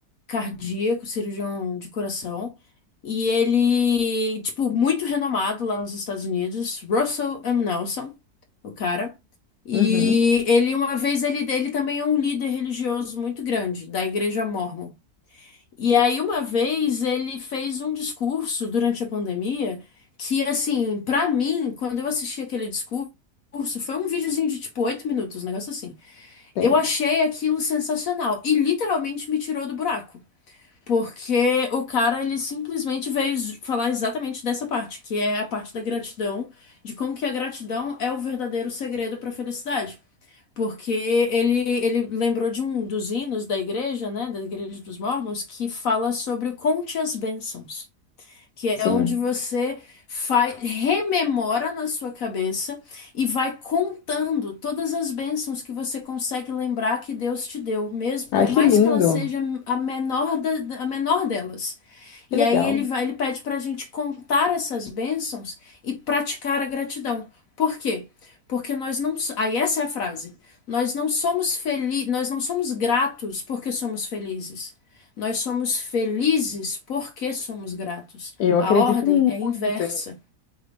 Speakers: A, on the left (about 60°); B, on the left (about 85°).
A: cardíaco, cirurgião de coração, e ele, tipo, muito renomado lá nos Estados Unidos, Russell M. Nelson, o cara. E
B: uhum,
A: ele, uma vez, ele, ele também é um líder religioso muito grande, da Igreja Mórmon. E aí, uma vez, ele fez um discurso durante a pandemia que, assim, pra mim, quando eu assisti aquele discurso, foi um videozinho de, tipo, oito minutos, um negócio assim.
B: tem,
A: Eu achei aquilo sensacional e literalmente me tirou do buraco. Porque o cara, ele simplesmente veio z- falar exatamente dessa parte, que é a parte da gratidão, de como que a gratidão é o verdadeiro segredo para a felicidade. Porque ele, ele lembrou de um dos hinos da igreja, né, da igreja dos Mormons, que fala sobre o conte as bênçãos que é
B: sim.
A: onde você faz, rememora na sua cabeça e vai contando todas as bênçãos que você consegue lembrar que Deus te deu, mesmo por
B: Ai,
A: mais
B: que lindo,
A: que ela seja a menor da, a menor delas.
B: que
A: E
B: legal.
A: aí ele vai, ele pede para a gente contar essas bênçãos e praticar a gratidão. Por quê? Porque nós não, so- aí essa é a frase. Nós não somos felizes, nós não somos gratos porque somos felizes. Nós somos felizes porque somos gratos.
B: Eu
A: A
B: acredito
A: ordem
B: muito,
A: é inversa.
B: Ani.